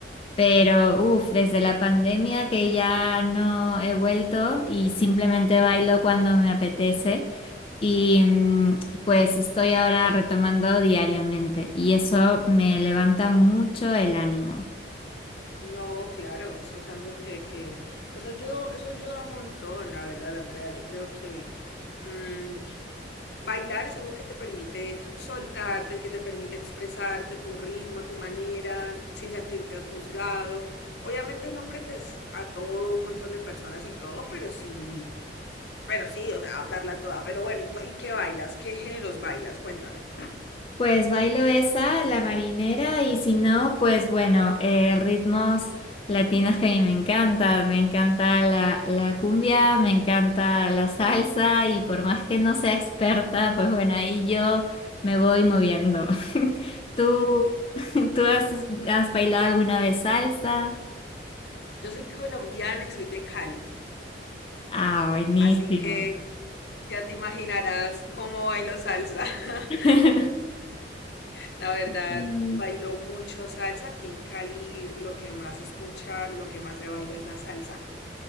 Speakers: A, on the left; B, on the left.
A: pero, uff, desde la pandemia que ya no he vuelto y simplemente bailo cuando me apetece. Y mm, pues estoy ahora retomando diariamente y eso me levanta mucho el ánimo.
B: No, claro, eso es algo que, que, o sea, ayuda, eso ayuda un montón, la verdad, Andrea. Yo creo que mm, bailar es algo que te permite soltarte, que te permite expresarte a tu ritmo, a tu manera, sin sentirte juzgado. Obviamente no frente a todo un montón de personas y todo, pero sí, pero sí, o sea, darla toda. Pero bueno, ¿y, cu- y qué bailas? ¿Qué géneros bailas? Cuéntame.
A: Pues bailo esa, la marinera, y si no, pues bueno, eh, ritmos latinos que a mí me encantan. Me encanta la, la cumbia, me encanta la salsa, y por más que no sea experta, pues bueno, ahí yo me voy moviendo. <laughs> ¿Tú, <laughs> tú has, has bailado alguna vez salsa?
B: Yo soy colombiana y soy de Cali,
A: Ah, buenísimo.
B: así que Ya te imaginarás cómo bailo salsa. <laughs>
A: <laughs>
B: La verdad,
A: Sí,
B: bailo mucho salsa. Aquí en Cali lo que más se escucha, lo que más se baila es la salsa.